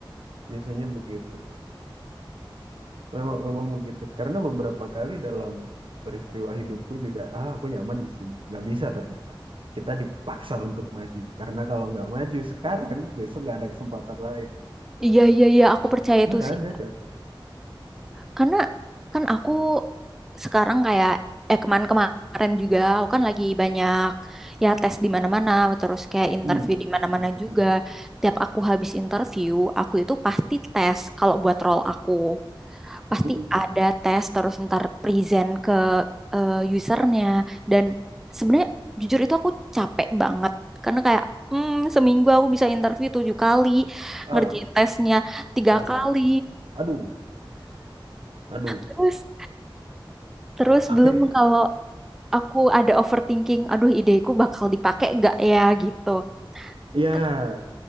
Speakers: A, on the right (about 75°); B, in the centre.
A: Biasanya begitu. Memang, memang begitu. Karena beberapa kali dalam peristiwa hidupku juga, ah aku nyaman di sini. Nggak bisa ternyata. Kita dipaksa untuk maju. Karena kalau nggak maju sekarang, besok nggak ada kesempatan lain.
B: Iya iya iya aku percaya
A: Ya
B: itu
A: kan,
B: sih.
A: ya kan.
B: Karena kan aku sekarang kayak eh kemarin-kemarin juga aku kan lagi banyak ya tes di mana-mana terus kayak interview
A: Hmm.
B: di mana-mana
A: Hmm.
B: juga.
A: Hmm.
B: Tiap aku habis interview, aku itu pasti tes kalau buat role aku. Pasti
A: Hmm.
B: ada tes terus ntar present ke eh, usernya dan sebenarnya jujur itu aku capek banget karena kayak hmm, seminggu aku bisa interview tujuh kali,
A: Au,
B: ngerjain tesnya tiga
A: au,
B: kali.
A: au. Aduh, aduh.
B: Terus Terus
A: capek
B: belum
A: itu
B: kalau aku ada overthinking, aduh ideku bakal dipakai nggak ya gitu.
A: ya
B: Tapi